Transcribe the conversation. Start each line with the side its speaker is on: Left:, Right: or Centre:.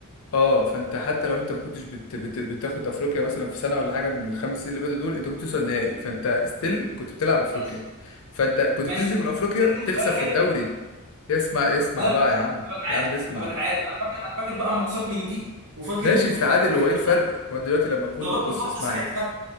Left: اه فانت حتى لو انت ما كنتش بت... بت... بتاخد افريقيا مثلا في سنه ولا حاجه من الخمس سنين اللي فاتوا دول انت كنت بتوصل نهائي فانت ستيل كنت بتلعب افريقيا
Right: ماشي
Left: فانت كنت
Right: ماشي
Left: بتنزل من
Right: بس
Left: افريقيا
Right: المستوى
Left: تخسر
Right: حلو
Left: في الدوري اسمع اسمع
Right: لا
Left: بقى يا عم
Right: كنت بتعادل
Left: يا عم اسمع
Right: كنت بتعادل انا فاكر انا فاكر بقى ماتشات من دي وفاكر
Left: ماشي
Right: ان
Left: بتتعادل
Right: احنا إن
Left: هو
Right: إحنا
Left: ايه الفرق؟ هو انت دلوقتي لما اكون
Right: ظبطنا
Left: بص
Right: خبطه
Left: اسمعني
Right: ساعتها